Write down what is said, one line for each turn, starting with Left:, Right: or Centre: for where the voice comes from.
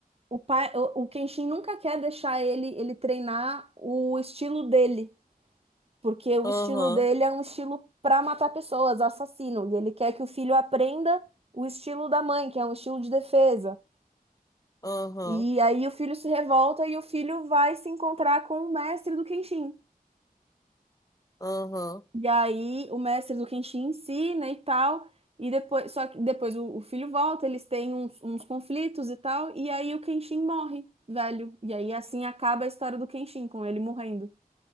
Right: o pai, o, o Kenshin nunca quer deixar ele ele treinar o estilo dele. Porque o
Left: Aham.
Right: estilo dele é um estilo pra matar pessoas, assassino, e ele quer que o filho aprenda o estilo da mãe, que é um estilo de defesa.
Left: Aham.
Right: E aí o filho se revolta e o filho vai se encontrar com o mestre do Kenshin.
Left: Aham.
Right: E aí o mestre do Kenshin ensina e tal, e depois, só que depois o, o filho volta, eles têm uns, uns conflitos e tal, e aí o Kenshin morre, velho. E aí assim acaba a história do Kenshin, com ele morrendo.